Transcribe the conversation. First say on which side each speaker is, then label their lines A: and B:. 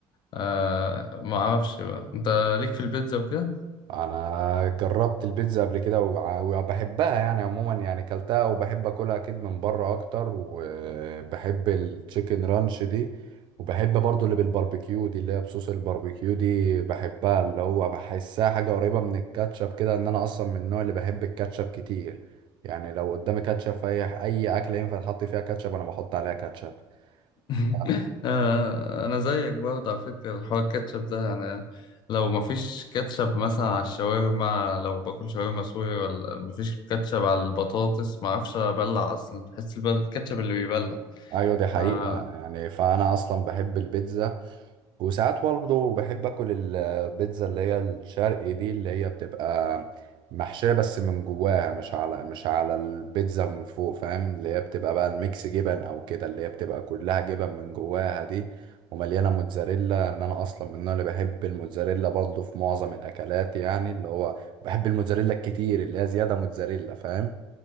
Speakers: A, on the left; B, on the right.
A: آه ما اعرفش بقى انت ليك في البيتزا وكده
B: انا جربت البيتزا قبل كده وع- وبحبها يعني عموما يعني كلتها وبحب اكلها اكيد من بره اكتر وبحب التشيكن رانش دي وبحب برضو اللي بالباربيكيو دي اللي هي بصوص الباربيكيو دي بحبها اللي هو بحسها حاجة قريبة من الكاتشب كده ان انا اصلا من النوع اللي بحب الكاتشب كتير يعني لو قدامي كاتشب في اي اي اكلة ينفع تحط فيها كاتشب انا بحط عليها كاتشب ف...
A: <laughs> آه انا زيك برضه على فكره الحوار الكاتشب ده يعني لو ما فيش كاتشب مثلا على الشاورما لو باكل شاورما سوري ولا ما فيش كاتشب على البطاطس ما اعرفش ابلع اصلا تحس الب- الكاتشب اللي بيبلع
B: ايوه دي حقيقة
A: آه
B: يعني فانا اصلا بحب البيتزا وساعات برضه بحب اكل البيتزا اللي هي الشرقي دي اللي هي بتبقى محشية بس من جواها مش على مش على البيتزا من فوق فاهم اللي هي بتبقى بقى الميكس جبن او كده اللي هي بتبقى كلها جبن من جواها دي ومليانة موتزاريلا ان انا اصلا من النوع اللي بحب الموتزاريلا برضه في معظم الاكلات يعني اللي هو بحب الموتزاريلا الكتير اللي هي زيادة موتزاريلا فاهم